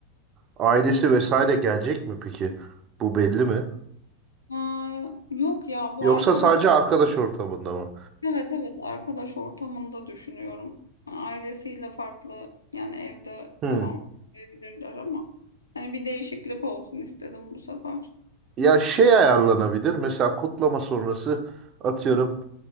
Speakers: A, on the right; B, on the left.
A: ailesi vesaire gelecek mi peki? Bu belli mi?
B: Aa, yok ya bu
A: Yoksa
B: arkadaş
A: sadece arkadaş ortamında mı?
B: evet evet arkadaş ortamında düşünüyorum. Yani ailesiyle farklı yani evde
A: Hmm.
B: falan kutlayabilirler ama hani bir değişiklik olsun istedim bu sefer.
A: Ya şey ayarlanabilir. Mesela kutlama sonrası atıyorum